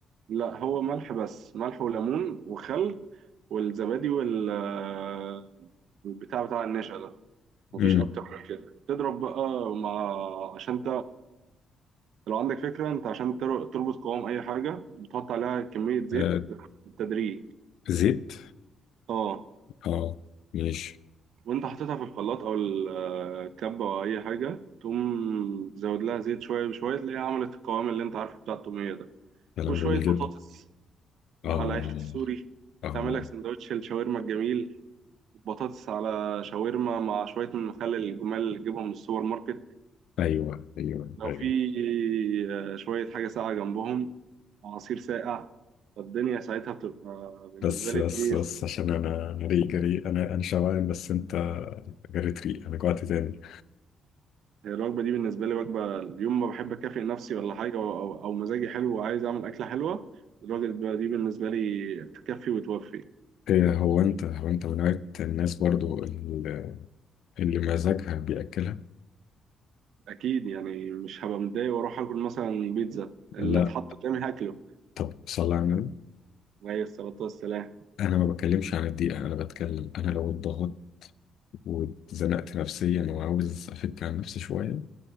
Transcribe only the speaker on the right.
لا هو ملح بس ملح وليمون وخل والزبادي وال آه، البتاع بتاع النشا ده مفيش
اكتر من كده تضرب بقى مع عشان لو عندك فكرة انت عشان تر- تربط قوام اي حاجة بتحط عليها كمية زيت
بالتدريج
اه
وانت حطيتها في الخلاط او ال- آه، الكبة او اي حاجة تقوم تزود لها زيت شوية بشوية تلاقيها عملت القوام اللي انت عارفه بتاع التومية ده
وشوية
بطاطس
على عيش سوري
تعمل لك سندوتش الشاورما الجميل بطاطس على شاورما مع شوية من المخلل الجمال اللي تجيبهم من السوبر ماركت
لو
في آه، شوية حاجة ساقعة جنبهم عصير ساقع فالدنيا ساعتها بتبقى بالنسبة
لي
دي
هي الوجبة دي بالنسبة لي وجبة اليوم ما بحب أكافئ نفسي ولا حاجة أو, أو أو مزاجي حلو وعايز أعمل أكلة حلوة الوجبة دي بالنسبة لي تكفي وتوفي
أكيد يعني مش هبقى متضايق وأروح آكل مثلا بيتزا اللي
اتحط قدامي هاكله
عليه الصلاة والسلام